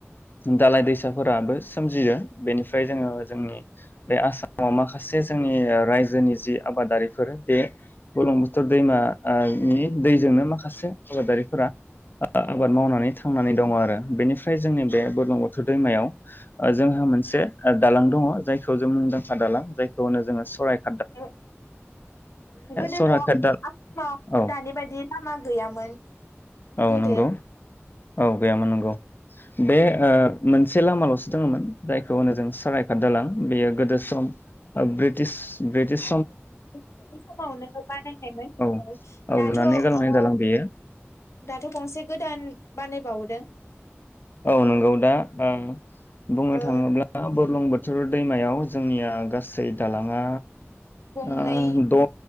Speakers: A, on the left (about 45°); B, on the left (about 80°).
A: दालाय दैसाफोराबो सोमजियो। बेनिफ्राय जोङो
B: उम
A: जोंनि बे आसामाव माखासे जोंनि ओह रायजोनि जि आबादारिफोर बे बुरलुंबुथुर दैमा ओह नि दैजोंनो माखासे आबादारिफोरा ओह आबाद मावनानै थांनानै दङ आरो बेनिफ्राय जोंनि
B: औ
A: बे
B: ओ
A: बुरलुंबुथुर दैमायाव जोंहा मोनसे <unintelligible> दालां दङ जायखौजों मुंदांखा दालां जायखौहोनो जोङो सराय
B: <unintelligible> गोदोथ
A: सरायघाट दालां
B: आसामाव
A: औ
B: दानिबादि लामा गैयामोन
A: औ
B: गोदो।
A: नंगौ औ गैयामोन नंगौ। बे ओह मोनसे लामालसो दोङोमोन जाय <unintelligible> होनोजों सरायघात दालां बेयो गोदोसम ओह ब्रिटिछ ब्रिटिछ।
B: <unintelligible> बेसमावनो बानायनायमोन
A: औ
B: <unintelligible>
A: औ
B: दाथ
A: लुनानै गालांनाय
B: अह
A: दालां बेयो
B: दाथ गंसे गोदान बानाय बाउदों।
A: औ नंगौदा ओं। बुंनो
B: ओ
A: थाङोब्ला बुरलुंबुथ बाथुर दैमायाव जोंनिया गासै दालाङा
B: गंनै
A: ओह द।